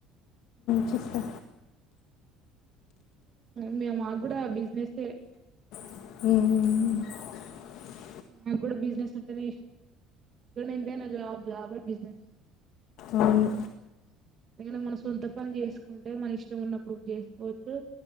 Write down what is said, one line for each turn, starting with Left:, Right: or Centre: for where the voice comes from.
Left: చెప్తా
Right: మ్ మాకు కూడా బిజినెసే
Left: ఉమ్
Right: నా కూడా బిజినెస్ ఉంటాది కానీ ఎంతైనా జాబ్ జాబే బిజినెస్
Left: అవును
Right: ఎదో మన సొంత పని చేసుకుంటే, మన ఇష్టం ఉన్నప్పుడు చేసుకోవచ్చు